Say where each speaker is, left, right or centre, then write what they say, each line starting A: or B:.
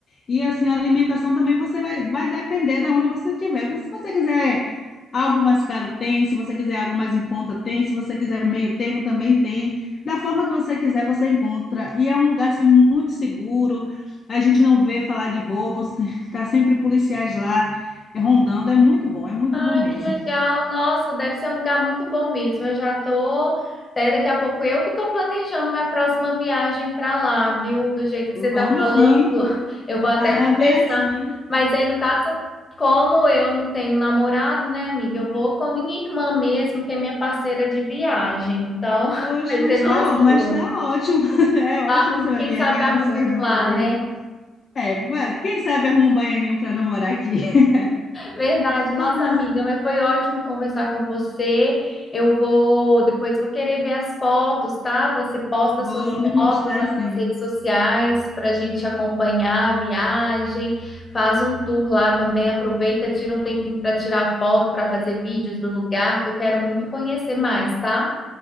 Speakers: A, on the left (about 40°); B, on the left (about 25°).
A: E assim, a alimentação também você vai, vai depender da onde você estiver. Se você quiser Algo mais caro tem, se você quiser algo mais em conta tem, se você quiser meio termo também tem. Da forma que você quiser, você encontra. E é um lugar assim, muito seguro. A gente não vê falar de roubos, <laughs> tá sempre policiais lá eh, rondando. É muito bom, é muito
B: Ai,
A: bom mesmo.
B: que legal. Nossa, deve ser um lugar muito bom mesmo. Eu já tô, até daqui a pouco eu que tô planejando minha próxima viagem para lá, viu? Do jeito que
A: Vamos
B: você tá falando,
A: sim.
B: <laughs> eu vou até
A: Ah,
B: conversar.
A: vem assim.
B: Mas aí, no caso, como eu não tenho namorado, né, amiga? Eu vou com minha irmã mesmo, que é minha parceira de viagem. Então, <laughs>
A: Oxe,
B: vai
A: mas
B: ser nós
A: tá,
B: duas.
A: ó- mas tá ótimo. <laughs> É ótimo,
B: Arrum,
A: você vai
B: quem
A: viajar
B: sabe arrumam
A: com sua irmã
B: lá,
A: também.
B: né?
A: É, vai, quem sabe arruma um baianinho para namorar aqui. <laughs>
B: Verdade, nossa
A: Ai,
B: amiga, mas foi ótimo conversar com você. Eu vou, depois vou querer ver as fotos, tá? Você posta
A: vou
B: suas
A: lhe mostrar
B: fotos lá nas
A: sim.
B: redes sociais para a gente acompanhar a viagem, faz um tour lá também, aproveita, tira um tempinho para tirar foto, para fazer vídeos do lugar, que eu quero muito conhecer mais, tá?